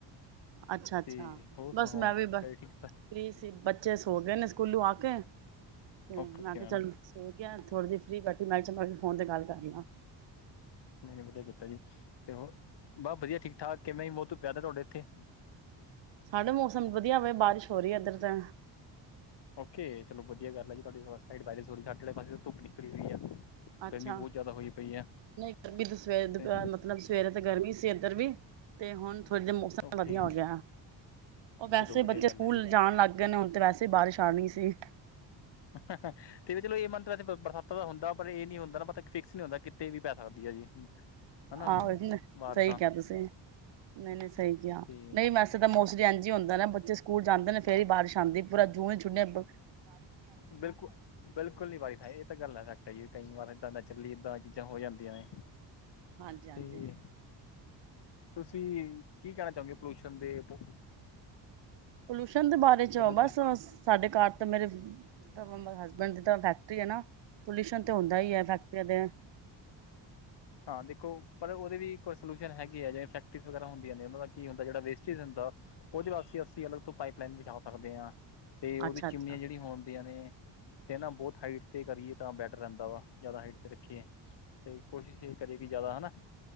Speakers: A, on the right; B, on the left.
A: ਅੱਛਾ-ਅੱਛਾ,
B: ਤੇ ਹੋਰ ਸੁਣਾਓ
A: ਬਸ ਮੈਂ
B: ਘਰੇ
A: ਵੀ ਬ ਫੀ੍
B: ਠੀਕ ਸਭ
A: ਸੀ, ਬੱਚੇ ਸੋ ਗਏ ਨੇ ਸਕੂਲੋਂ ਆ ਕੇ, ਹੂੰ
B: ਓਕੇ
A: ਤੇ
B: ਓਕੇ
A: ਮੈਂ ਕਿਆ
B: ਮੈਮ
A: ਚੱਲ। ਸੋ ਗਿਆ। ਥੋੜ੍ਹੀ ਜਹੀ ਫੀ੍ ਬੈਠੀ ਮੈਂ ਚੱਲ, ਮੈਂ ਵੀ ਫੋਨ ਤੇ ਗੱਲ ਕਰਲਾਂ।
B: ਨਈਂ-ਨਈਂ ਵਧੀਆ ਕੀਤਾ ਜੀ, ਤੇ ਹੋਰ ਬਸ ਵਧੀਆ ਠੀਕ ਠਾਕ ਕਿਵੇਂ <unintelligible>
A: ਸਾਡੇ ਮੌਸਮ ਵਧੀਆ ਵੇ ਬਾਰਿਸ਼ ਹੋ ਰਹੀ ਹੈ ਇੱਧਰ ਤਾਂ।
B: ਓਕੇ ਚੱਲੋ ਵਧੀਆ ਗੱਲ ਹੈ ਜੀ ਤੁਹਾਡੇ ਪਾਸ ਸਾਇੱਡ ਬਾਰਿਸ ਹੋ ਰਹੀ ਸਾਡੇ ਆਲੇ ਪਾਸੇ ਧੁੱਪ ਨਿਕਲੀ ਹੋਈ ਆ।
A: ਅੱਛਾ
B: ਗਰਮੀ ਬਹੁਤ ਜ਼ਿਆਦਾ ਹੋਈ ਪਈ। ਆ
A: ਨਹੀਂ ਗਰਮੀ ਤਾਂ ਸਵੇਰ ਦੁਪਿਹਰੇ
B: ਤੇ
A: ਮਤਲਬ ਸਵੇਰੇ ਤਾਂ ਗਰਮੀ ਸੀ ਇੱਧਰ ਵੀ। ਤੇ ਹੁਣ ਥੋੜ੍ਹੇ ਜਿਆ ਮੌਸਮ
B: ਓਕੇ
A: ਵਧੀਆ ਹੋ ਗਿਆ ਆ। ਔਰ ਵੈਸੇ
B: ਚਲੋ ਵਧੀਆ
A: ਬੱਚੇ
B: ਗੱਲ
A: ਸਕੂਲ
B: ਹੈ ਜੀ
A: ਜਾਣ ਲੱਗ। ਦਿਨ ਏ, ਹੁਣ ਤੇ ਵੈਸੇ ਹੀ ਬਾਰਿਸ਼ ਆਣੀ ਸੀ।
B: ਹਹਹ ਤੇ ਵੀ ਚੱਲੋ ਇਹ ਮੰਨਤ ਵੈਸੇ ਬ ਬਰਸਾਤਾਂ ਦਾ ਹੁੰਦਾ, ਪਰ ਇਹ ਨੀ ਹੁੰਦਾ ਨਾ ਪਤਾ ਇੱਕ ਫਿਕਸ ਨੀ ਹੁੰਦਾ, ਕਿਤੇ ਵੀ ਪੈ ਸਕਦੀ ਹੈ ਜੀ। <inaudible>
A: ਆਹੋ ਜੀ,
B: ਬਾਰਿਸ਼ਾਂ
A: ਸਹੀ ਕਿਹਾ ਤੁਸੀਂ, ਨਹੀਂ-ਨਹੀਂ, ਸਹੀ ਕਿਹਾ,
B: ਤੇ
A: ਨਹੀਂ ਮੈਸ ਤਦ ਮੌਸ ਜੀ ਇੰਝ ਹੀ ਹੁੰਦਾ ਐ ਨਾ, ਬੱਚੇ ਸਕੂਲ ਜਾਂਦੇ ਨੇ ਫੇਰ ਈ ਬਾਰਿਸ਼ ਆਂਦੀ, ਪੂਰਾ ਜੂਨ ਹੀ ਛੁੱਟਿਆਂ ਬ
B: ਬਿਲਕੁੱ ਬਿਲਕੁੱਲ ਨੀ ਵਾਏ-ਫਾਏ ਇਹ ਤਾਂ ਗੱਲ ਫੈੱਕਟ ਹੈ ਜੀ, ਕਈ ਵਾਰਾਂ ਏਦਾਂ ਦਾ ਚੱਲੀਏ, ਏਦਾਂ ਚੀਜ਼ਾਂ ਹੋ ਜਾਂਦੀਆਂ ਨੇ।
A: ਹਾਂਜੀ-ਹਾਂਜੀ।
B: ਤੇ ਤੁਸੀਂ, ਕੀ ਕਹਿਣਾ ਚਾਹੋਗੇ ਪੋਲੂਸ਼ਣ ਦੇ ਬ?
A: ਪੱਲੂਸ਼ਣ ਦੇ ਬਾਰੇ'ਚ
B: ਤੁਹਾਡਾ
A: ਬਸ-ਅਸ ਸਾੱਡੇ ਘਰ ਤਾਂ ਮੇਰੇ ਜ਼ਜ਼ ਤ ਬ ਮ ਹੱਸਬੈਂਡ ਦੀ ਤਾਂ ਫੈੱਕਟਰੀ ਹੈ ਨਾ, ਪੱਲੂਸ਼ਣ ਤੇ ਹੋਂਦਾ ਹੀ ਹੈ, ਫੈੱਕਟਰੀਆਂ ਤੇ।
B: ਹਾਂ ਦੇਖੋ, ਪਰ ਉਹਦੇ ਵੀ ਕੋਈ ਸੋਲੂਸ਼ਨ ਹੈਗੇ ਏ, ਜਿਵੇਂ ਫੈਕਟਰੀਜ਼ ਵਗੈਰਾ ਹੁੰਦੀਆਂ ਨੇ ਉਹਨਾਂ ਦਾ ਕੀ ਹੁੰਦਾ, ਜਿਹੜਾ ਵੇਸਟੇਜ ਹੁੰਦਾ ਉਹਦੇ ਵਾਸਤੇ ਅੱਸੀ ਅਲੱਗ ਤੋਂ ਪਾਈਪ-ਲਾਈਨ ਵਿਛਾ ਸਕਦੇ ਹਾਂ। ਤੇ ਉਹਦੀ
A: ਅੱਛਾ
B: ਚਿਮਨੀਆਂ
A: ਅੱਛਾ
B: ਜਿਹੜੀਆਂ ਹੋਣਦੀਆਂ ਨੇ ਤੇ ਨਾ ਬਹੁਤ ਹਾਈਟ ਤੇ ਕਰੀਏ ਤਾਂ ਬੈਟਰ ਰਹਿੰਦਾ ਵਾ, ਜ਼ਿਆਦਾ ਹਾਈਟ ਤੇ ਰੱਖੀਏ ਸਸ ਤੇ ਕੋਸ਼ਿਸ਼ ਤੇ ਕਰੇ ਕੀ ਜ਼ਿਆਦਾ ਹੈਨਾ।